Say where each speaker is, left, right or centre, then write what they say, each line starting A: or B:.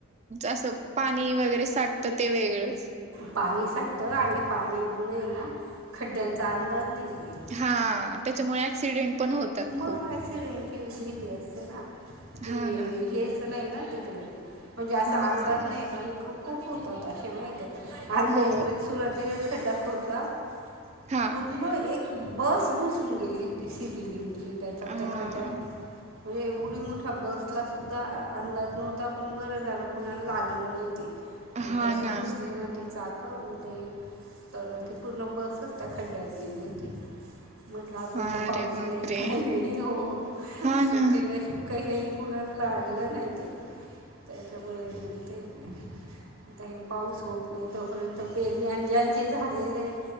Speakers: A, on the right; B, on the right.
A: असं पाणी वगैरे साटतं ते वेगळंच
B: पाणी साठतं आणि पाण्यामुळे ना खड्ड्यांचा अंदाज नाही आहे
A: हा त्याच्यामुळे ऍक्सिडेंट पण होतात
B: मग
A: खूप
B: ॲक्सिडेंटची भीती असते ना की
A: हा ना
B: हेच नाही ना तिकडे म्हणजे असा
A: हा
B: अंदाज नाही कार खूप खूप होतात असे माहित आमच्या
A: हो
B: इकडे सुरात खड्डा खोतला
A: हा
B: पूर्ण एक बस बसून गेली होती सिटी लची त्याच्या
A: हा
B: त्या खड्ड्यात म्हणजे एवढी मोठ्या बसलासुद्धा अंदाज नव्हता पण बरं झालं कुणाला लागलं नाही ते मग
A: हा
B: ते असं
A: ना
B: घुसले ना ते चाक होते तर ती पूर्ण बसच त्या खड्ड्यात गेली होती म्हटलं अजून
A: हा
B: तर पाऊस
A: अरे बापरे
B: नाही काही नाही हो
A: हा
B: पण
A: ना
B: त्यांनाही काही काही कुणा लागलं नाही ते त्याच्यामुळे म तेच नाही आता हे पाऊस होत नाही तोपर्यंत पेरणी आणि ज्यांची झालेली आहे